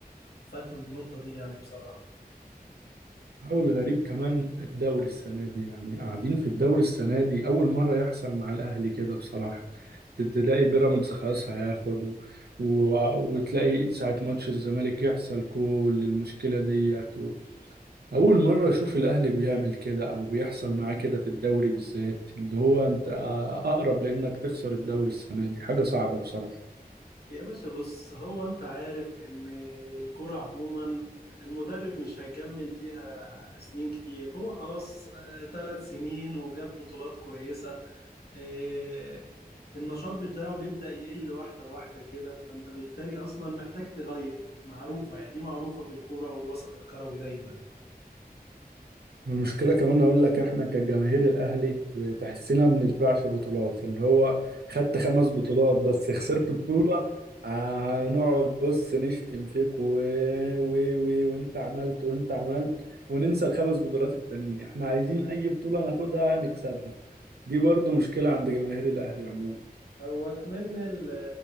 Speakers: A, on the left; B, on the right.
A: فاتوا النقطة دي يعني بصراحة
B: أو الغريب كمان الدوري السنة دي يعني قاعدين في الدوري السنة دي أول مرة يحصل مع الأهلي كده بصراحة ت- تلاقي بيراميدز خلاص هياخد و... و... وتلاقي ساعة ماتش الزمالك يحصل كل المشكلة ديت و... أول مرة أشوف الأهلي بيعمل كده أو بيحصل معاه كده في الدوري بالذات اللي هو أنت أقرب لأنك تخسر الدوري السنة دي حاجة صعبة بصراحة
A: يا باشا بص هو انت عارف ان الكرة عموما المدرب مش هيكمل فيها سنين كتير هو خلاص ثلاث سنين وجاب بطولات كويسة آه، النشاط بتاعه بيبدأ يقل واحدة واحدة كده فانت بالتالي اصلا محتاج تغير معروفة يعني دي معروفة في الكرة والوسط الكروي دايما
B: والمشكلة كمان أقول لك إحنا كجماهير الأهلي تحسنا ما بنشبعش بطولات اللي هو خدت خمس بطولات بس خسرت بطولة هنقعد بص نشتم فيك و... و... و... وأنت عملت وأنت عملت وننسى الخمس بطولات التانيين إحنا عايزين أي بطولة ناخدها نكسبها دي برضو مشكلة عند جماهير الأهلي عموما
A: هو كمان ال-